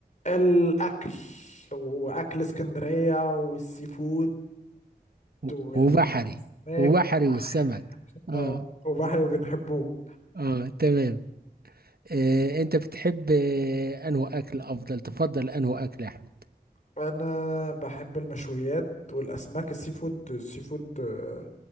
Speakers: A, on the left; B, on the right.
A: الأكل وأكل اسكندرية والسي فود
B: و-
A: والأسماك
B: وبحري وبحري
A: وبحر
B: والسمك اه
A: اه وبحري وبنحبوه
B: اه تمام آه، انت بتحب آه، انه اكل افضل تفضل انه اكل يا احمد
A: أنا بحب المشويات والأسماك السي فود السي فود آه،